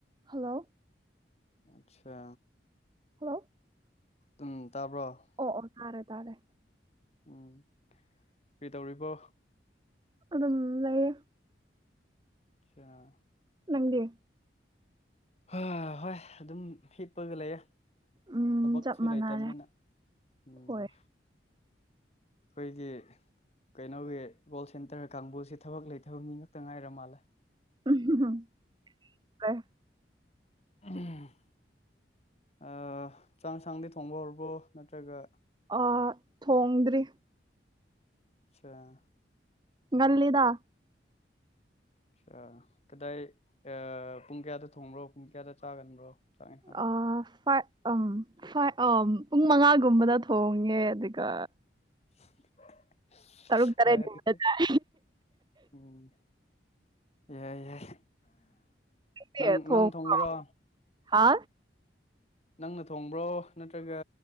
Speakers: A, on the right; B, on the left.
A: hello
B: ꯑꯠꯆꯥ
A: hello
B: ꯎꯝ ꯇꯥꯕ꯭ꯔꯣ
A: ꯑꯣ ꯑꯣ ꯇꯥꯔꯦ ꯇꯥꯔꯦ
B: ꯎꯝ ꯀꯔꯤꯇꯧꯔꯤꯕꯣ
A: ꯑꯗꯨꯝ ꯂꯩꯌꯦ
B: ꯑꯆꯥ
A: ꯅꯪꯗꯤ
B: ꯍ ꯍꯣꯏ ꯑꯗꯨꯝ ꯍꯤꯞꯄꯒ ꯂꯩꯌꯦ
A: ꯎꯝ
B: ꯊꯕꯛꯁꯨ
A: ꯆꯞ ꯃꯥꯟꯅꯔꯦ
B: ꯂꯩꯇꯕꯅꯤꯅ ꯎꯝ
A: ꯍꯣꯏ
B: ꯑꯈꯣꯏꯗꯤ ꯀꯩꯅꯣꯒꯤ ꯒꯣꯜ ꯁꯦꯟꯇꯔ ꯀꯥꯡꯕꯨꯁ ꯊꯕꯛ ꯂꯩꯊꯕ ꯃꯤ ꯉꯥꯛꯇ ꯉꯥꯏꯔ ꯃꯥꯜꯂꯦ
A: ꯎꯝ ꯀ
B: ꯎꯝ ꯑ ꯆꯥꯡ ꯁꯥꯡꯗꯤ ꯊꯣꯡꯕ ꯍꯧꯔꯕꯣ ꯅꯠꯇ꯭ꯔꯒ
A: ꯑ ꯊꯣꯡꯗ꯭ꯔꯤ
B: ꯑꯆꯥ
A: ꯉꯜꯂꯤꯗ <inaudible>
B: ꯑ ꯀꯗꯥꯏ ꯑ ꯄꯨꯡ ꯀꯌꯥꯗ ꯊꯣꯡꯕ꯭ꯔꯣ ꯄꯨꯡ ꯀꯌꯥꯗ ꯆꯥꯒꯟꯕ꯭ꯔꯣ ꯆꯥꯛ ꯏꯁꯥꯡ
A: ꯑ ꯐꯥꯏꯚ ꯑ ꯐꯥꯏꯚ ꯑꯥ ꯄꯨꯡ ꯃꯉꯥꯒꯨꯝꯕꯗ ꯊꯣꯡꯉꯦ ꯑꯗꯨꯒ
B: <unintelligible>
A: ꯇꯔꯨꯛ ꯇꯔꯦꯠ
B: ꯍꯣꯏ
A: ꯀꯨꯝꯕꯗ
B: ꯑꯗꯨꯗꯤ
A: ꯇꯥꯏ
B: ꯎꯝ ꯌꯥꯏ ꯌꯥꯏ
A: ꯅꯪꯗꯤ
B: ꯅꯪ
A: ꯊꯣꯡꯕ꯭ꯔꯣ
B: ꯅꯪ ꯊꯣꯡꯒꯦꯔꯣ
A: ꯍꯥ
B: ꯅꯪꯅ ꯊꯣꯡꯕ꯭ꯔꯣ ꯅꯠꯇ꯭ꯔꯒ